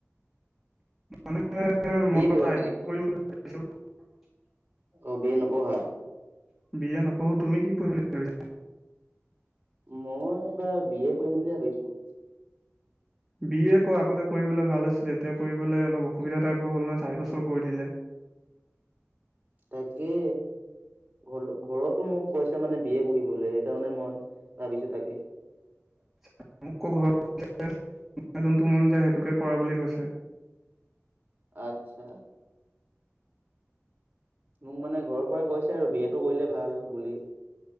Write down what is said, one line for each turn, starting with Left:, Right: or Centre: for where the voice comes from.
Centre: <unintelligible>
Right: বি এ পঢ়িবা চাগে নেকি? অ বি এ নপঢ়া
Centre: বি এ নপঢ়ো তুমি কি পঢ়িম বুলি ভাবিছা?
Right: মই এইবাৰ বি এ কৰিম বুলি ভাবিছো।
Centre: বি এ ক আগতে কৰিবলৈ ভাল আছিলে এতিয়া কৰিবলৈ অলপ অসুবিধা টাইপৰ হ'ল নহয় চাৰি বছৰ কৰি দিলে।
Right: তাকে। <unintelligible> ঘৰতো মোক কৈছে মানে বি এ পঢ়িবলৈ সেইকাৰণে মই ভাবিছো তাকে।
Centre: <unintelligible> যোনটো মন যায় সেইটোকে কৰা বুলি কৈছে।
Right: আচ্ছা। মোক মানে ঘৰৰ পৰা কৈছে আৰু বি এ টো কৰিলে ভাল বুলি।